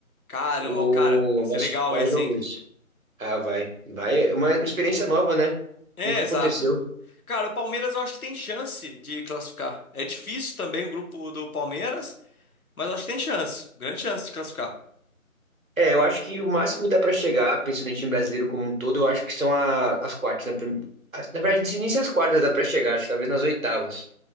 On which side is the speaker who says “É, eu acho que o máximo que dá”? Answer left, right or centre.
Right